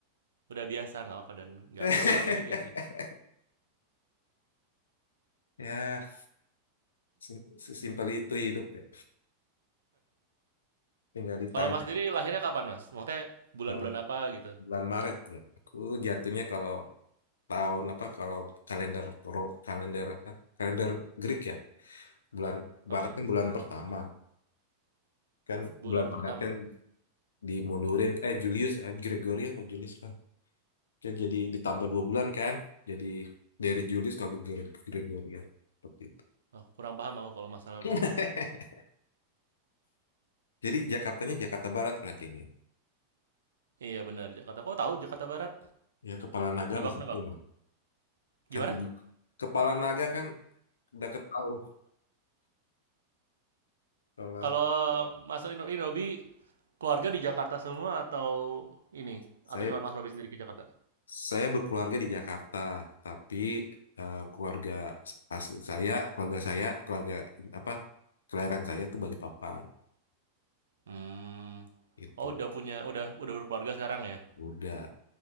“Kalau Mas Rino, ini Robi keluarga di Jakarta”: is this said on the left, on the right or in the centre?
Right